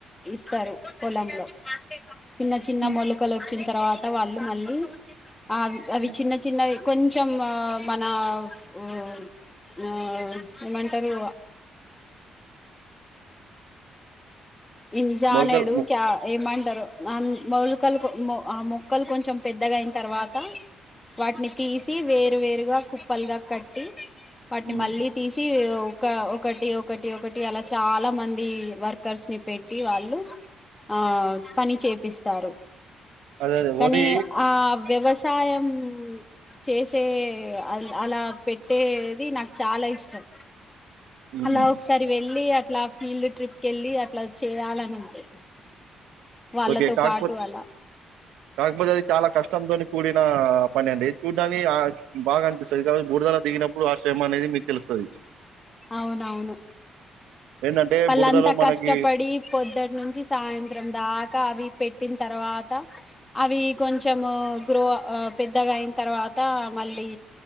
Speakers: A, on the left; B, on the right.
A: వస్తారు పొలంలో చిన్న చిన్న
B: హ్మ్.
A: మొలకలు వచ్చ వచ్చిన తర్వాత వాళ్ళు మళ్ళీ ఆ అవి
B: హ్మ్.
A: చిన్న చిన్నయి కొంచెం ఆ మన ఉఁ ఉఁ ఏమంటరు? ఇం జానెడు
B: మొలకలు మొ
A: క్య ఏమం టరు ఆ మొలకలకు ఆ మొక్కలు కొంచెం పెద్దగా అయిన తర్వాత, వాటిని తీసి వేరు వేరుగా కుప్పలుగా కట్టి, వాటిని
B: హ్మ్.
A: మళ్ళీ తీసీ ఒక ఒకటి ఒకటి ఒకటి అలా చాలా మంది వర్కర్స్ ని పెట్టి వాళ్ళు ఆ పని చేపిస్తారు.
B: అదే అదే
A: కనీ
B: వరి
A: ఆ వ్యవస్ సాయం చేసే అ అలా పెట్టేది నాకు చాలా ఇష్టం.
B: హుహు.
A: అలా ఒకసారి వెళ్ళీ అ అట్లా ఫీల్డ్ ట్రిప్కీ ఎళ్ళి అట్లా చెయ్యాలనుంది. వాళ్ళతో
B: ఓకే. కాకపోతే
A: పాటు అలా
B: కాకపోతే అది చాలా కష్టం తోని కూడినా పని అండి చూడ్డానికి ఆ బాగా అనిపిస్తది కాపోతె బుడుదల దిగినప్పుడు ఆ శ్రమ అనేది మీకు తెలుస్తది.
A: అవునవును.
B: ఏంటంటే
A: వాళ్ళు
B: బురదలో
A: అంతా
B: మనకి
A: కష్టపడి పొద్దటి నుంచి సాయంత్రం దాక్ కా అవి పెట్టిన తర్వాత అవి కొంచెం గ్రో ఆ పెద్దగా అయిన తర్వాత మళ్ళీ